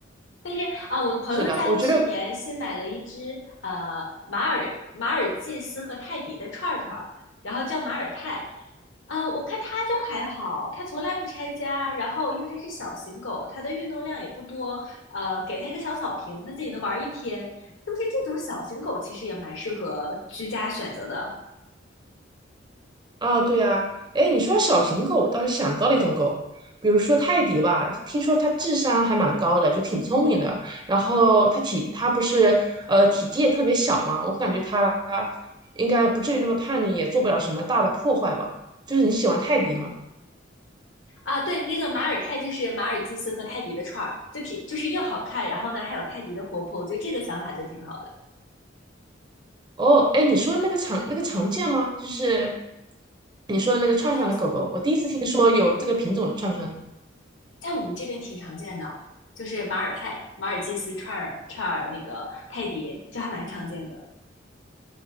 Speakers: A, on the left; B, on the right.
A: 但是啊，我朋友家去年新买了一只呃马尔马尔济斯和泰迪的串儿串儿，
B: 是的，我觉得
A: 然后叫马尔泰。啊，我看它就还好，它从来不拆家。然后，因为它是小型狗，它的运动量也不多。呃，给它一个小草坪，它自己能玩一天。是不是这种小型狗其实也蛮适合居家选择的？
B: 啊，对啊，哎，你说小型狗，我倒是想到了一种狗，比如说泰迪吧，听说它智商还蛮高的，就挺聪明的。然后它体，它不是呃体积也特别小嘛，我感觉它应该不至于那么叛逆，也做不了什么大的破坏吧。就是你喜欢泰迪吗？
A: 啊，对，那个马尔泰就是马尔济斯和泰迪的串儿，就挺就是又好看，然后呢还有泰迪的活泼，我觉得这个想法就挺好的。
B: 哦，哎，你说那个常那个常见吗？就是你说的那个串串的狗狗，
A: 啊。
B: 我第一次听说有这个品种的串串。
A: 在我们这边挺常见的，就是马尔泰、马尔济斯串儿串儿那个泰迪，就还蛮常见的。